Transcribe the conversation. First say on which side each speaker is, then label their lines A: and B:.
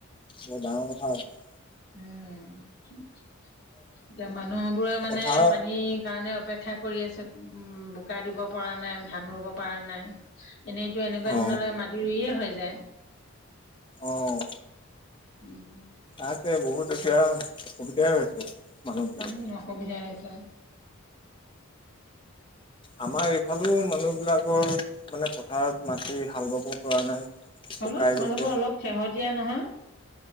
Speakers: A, on the left; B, on the left.
A: বৰ ডাঙৰ কথা হৈছে।
B: উম, এতিয়া মানুহবোৰে মানে
A: পথাৰ
B: পানীৰ কাৰণে অপেক্ষা কৰি আছে, বোকা দিব পৰা নাই, ধান ৰুব পাৰা নাই। এনেইতো এনেকুৱা
A: অ
B: দিনলৈ মাটি ৰুইয়ে হৈ যায়।
A: অহ।
B: উম।
A: আছে বহুত এতিয়া, অসুবিধাই হৈছে। মানুহবিলাক
B: উম, অসুবিধাই হৈছে।
A: আমাৰ এইফালে মানুহবিলাকৰ মানে পথাৰত মাটি হাল বাব পৰা নাই। শুকাই
B: হ'লেও, তোমালোকৰ
A: গৈছে
B: অলপ সেহতীয়া নহয়।